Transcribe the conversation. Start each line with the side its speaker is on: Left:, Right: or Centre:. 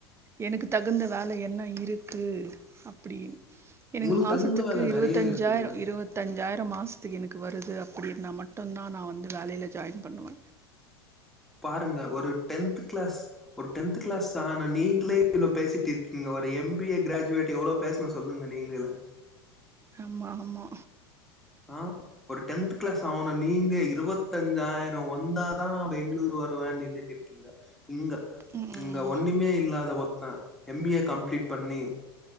Right: எனக்கு தகுந்த வேல என்ன இருக்கு அப்புடின்னு எனக்கு
Centre: உங்களுக்கு
Right: மாசத்துக்கு
Centre: தகுந்த வேல
Right: இருவத்தஞ்சாயிரோ
Centre: நெறைய இருக்குங்க
Right: இருவது தஞ்சாயிரோ மாசத்துக்கு எனக்கு வருது அப்டின்னா மட்டுந்தா நா வந்து வேலைல ஜாயின் பண்ணுவ
Centre: பாருங்க ஒரு டென்த்து கிளாஸ் ஒரு டென்த் கிளாஸ் ஆனா நீங்ளே இவ்ளோ பேசிட்டு இருக்கீங்கோ ஒரு எம் பி ஏ கிராஜுவேட் எவ்ளோ பேசணு சொல்லுங்க நீங்களே
Right: ஆமா ஆமா
Centre: ஆ ஒரு டென்த்து கிளாஸ் ஆவுன நீங்களே இருவத்தஞ்சாயிரோ வந்தா தா பெங்ளூரு வருவேன் நின்னுட்டு இருக்கீங்க இங்க
Right: ம்
Centre: இங்க ஒண்ணுமே இல்லாத ஒருத்தே எம் பி ஏ கம்ப்ளீட் பண்ணி